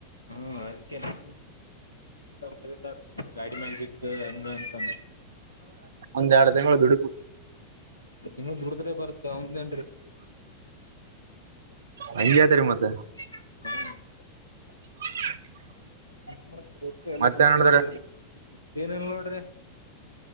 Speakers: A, on the left (about 80°); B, on the right (about 65°).
A: ಹ್ಮ ನಾನ್ ಅದಕ್ಕೆ ನಾನ್ ಹೇಳಿರತ ಗಾಡಿ ಮೇಲ್ ಬಿದ್ದು ಅಂಗ ಇಂಗ
B: ಒಂದ್ ಎರಡ್ ತಿಂಗಳು ದುಡಿ
A: ನಿ ದುಡಿದ್ರ ಬತಾ ಅವಂದೇ
B: ಹಂಗಗೆತರಿ ಮತ್ತೆ
A: <unintelligible>
B: <inaudible>
A: ಮ್ಮತ್ ರಕ್ಕ ಎಲ್ಲಾ
B: ಮತ್ತೇನ್
A: ದುಡ್ಡ್ರ
B: ಹೇಳಿದ್ರ
A: ಅಲ್ಲಿ ಏನನ್ ನೋಡ್ರಿ